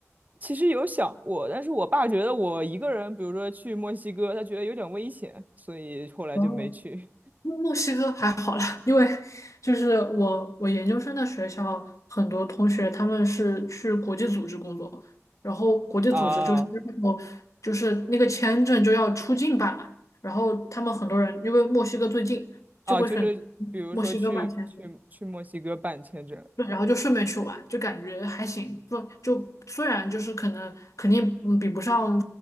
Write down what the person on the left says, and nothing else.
哦墨西哥还好啦，因为就是我我研究生的学校很多同学他们是去国际组织工作，然后国际组织就是我就是那个签证就要出境办嘛，
然后他们很多人因为墨西哥最近就会选
墨西哥办签证，对，然后就顺便去玩，就感觉还行，不就虽然就是可能肯定嗯比不上